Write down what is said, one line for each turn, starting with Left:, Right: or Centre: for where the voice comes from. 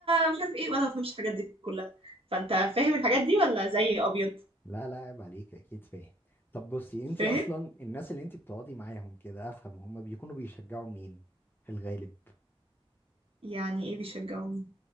Right: مش عارف ايه وانا ما بفهمش الحاجات دي كلها فانت فاهم الحاجات دي ولا زي ابيض
Left: لا لا عيب عليك اكيد فاهم طب بصي انتي
Right: فاهم
Left: اصلا الناس اللي انتي بتقعدي معاهم كده افهم هما بيكونوا بيشجعوا مين في الغالب
Right: يعني ايه بيشجعوني